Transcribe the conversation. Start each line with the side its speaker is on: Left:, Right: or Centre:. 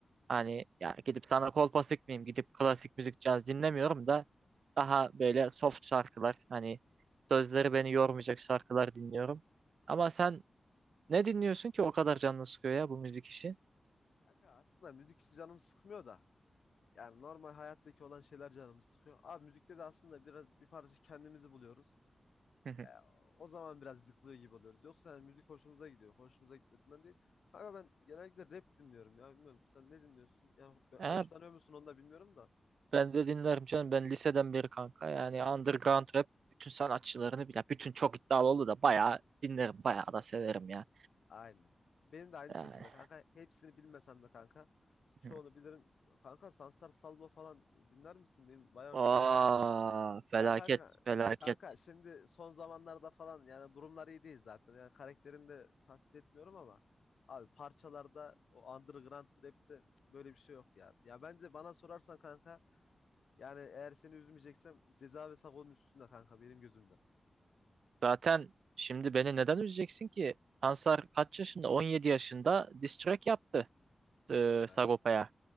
Right: Hani ya gidip sana kolpa sıkmayayım gidip klasik müzik caz dinlemiyorum da daha böyle soft şarkılar hani sözleri beni yormayacak şarkılar dinliyorum. Ama sen ne dinliyorsun ki o kadar canını sıkıyor ya bu müzik işi?
Left: Kanka aslında müzik hiç canımı sıkmıyor da. Yani normal hayattaki olan şeyler canımı sıkıyor. Abi müzikte de aslında biraz bir parça kendimizi buluyoruz.
Right: <laughs>
Left: E, o zaman biraz yıkılıyor gibi oluyoruz. Yoksa yani müzik hoşumuza gidiyor. Hoşumuza gitmediğinden değil. Kanka ben genellikle rap dinliyorum ya. Bilmiyorum sen ne dinliyorsun? Yani ben- hoşlanıyor
Right: Ha,
Left: musun onu da bilmiyorum da.
Right: Ben de dinlerim canım. Ben liseden beri kanka. Yani underground rap bütün sanatçılarını
Left: Hmm.
Right: bile. Bütün çok iddialı oldu da bayağı dinlerim. Bayağı da severim ya.
Left: Aynı. Benim de aynı şekilde
Right: Yani.
Left: kanka. Hepsini bilmesem de kanka. Çoğunu
Right: <laughs>
Left: bilirim. Kanka Sansar Salvo falan dinler misin? Benim bayağı hoşuma
Right: Aa,
Left: gider.
Right: felaket
Left: Ya kanka
Right: felaket.
Left: kanka şimdi son zamanlarda falan yani durumlar iyi değil zaten. Yani karakterini de tasvip etmiyorum ama abi parçalarda o underground rap'te böyle bir şey yok ya. Ya bence bana sorarsan kanka yani eğer seni üzmeyeceksem Ceza ve Sago'nun üstünde kanka benim gözümde.
Right: Zaten şimdi beni neden üzeceksin ki? Sansar kaç yaşında? 17 yaşında diss track yaptı e,
Left: Evet.
Right: Sagopa'ya.